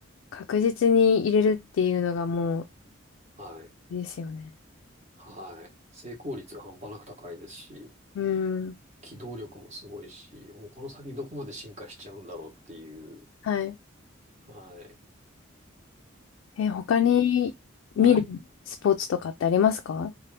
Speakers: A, on the left (about 75°); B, on the right (about 35°).
A: 確実に入れるっていうのがもう、
B: はい。
A: いいですよね。
B: はい。成功率が半端なく高いですし、
A: うん。
B: 機動力もすごいし、もうこの先どこまで進化しちゃうんだろうっていう、
A: はい。
B: はい。
A: え、他に見るスポーツとかってありますか
B: まあはい。